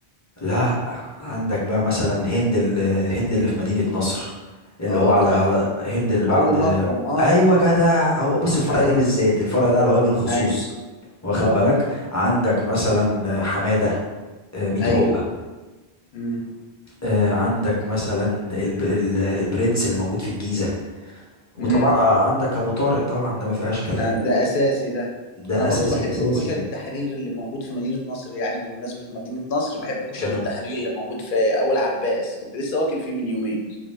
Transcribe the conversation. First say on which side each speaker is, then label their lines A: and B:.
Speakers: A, on the left; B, on the left.
A: لا عندك بقى مثلا هند ال- هند اللي في مدينة نصر اللي
B: اه
A: هو على
B: تحفه
A: على هند اللي بعد
B: اول مكرم اه
A: ايوه جدع هو بص الفرع
B: اي
A: ده بالذات الفرع ده على وجه الخصوص
B: اي
A: واخد
B: اه
A: بالك عندك مثلا حمادة آه، ميت
B: ايوه
A: عقبة
B: امم
A: آه، عندك مثلا الب... ال- البرنس اللي موجود في الجيزة وطبعا
B: امم
A: آه، عندك ابو طارق طبعا ده ما فيهاش كلام
B: آه، ده اساسي ده
A: ده
B: انا برضو
A: اساسي
B: بحب
A: اساسي
B: كشري
A: يعني
B: التحرير اللي موجود في مدينة نصر يعني بمناسبة مدينة نصر بحب كشري
A: آه.
B: التحرير اللي موجود في اول عباس كنت لسه واكل فيه من يومين